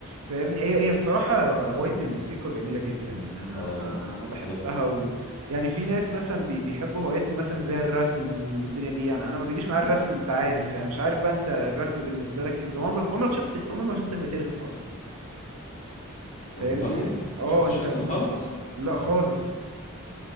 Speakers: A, on the right; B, on the left.
A: فاهمني هي هي الصراحه هوايه الموسيقى جميله جدا يعني انا
B: اه
A: انا
B: بالظبط
A: بحبها و يعني في ناس مثلا بي- بيحبوا هوايات مثلا زي الرسم والدنيا دي يعني انا ما بيجيش معايا الرسم انت عارف يعني مش عارف بقى انت الرسم بالنسبه لك انت عمري عمرك شفتك عمري ما شفتك بترسم اصلا
B: والله
A: فاهمني اه
B: شفتش
A: انت
B: رسمي خالص
A: لا خالص